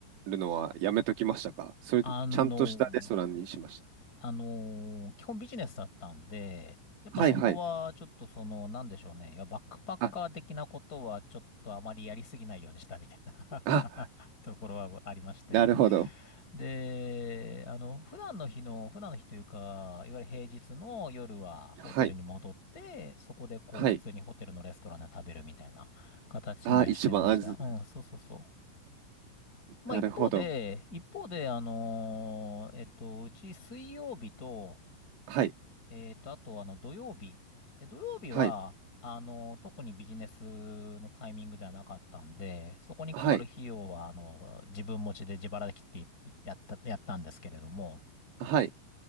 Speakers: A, on the right; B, on the left.
A: べるのはやめときましたかそれともちゃんとしたレストランにしました
B: あの、あのー基本ビジネスだったんで、やっぱそこはちょっとその、
A: はいはい。
B: なんでしょうね。いや、バックパッカー的なことはちょっとあまりやりすぎないようにしたみたいな
A: あ、あ、
B: <laughs> ところはありまして。
A: なるほど。
B: で、あの、普段の日の、普段の日というか、いわゆる平日の夜はホテルに戻って、
A: はい、
B: そこでこう普通にホテルのレストランで食べるみたいな形にはしてました。
A: はい。あ、一番、あず、
B: うん、そうそうそう。まあ一方で、
A: なるほど。
B: 一方で、あのーえっと、うち水曜日と、
A: はい、
B: えっと、あと、あの、土曜日。で、土曜日は、
A: はい、
B: あの、特にビジネスのタイミングではなかったんで、そこにかかる費用は、
A: はい、
B: あの、自分持ちで自腹で切ってやった、やったんですけれども、
A: はい、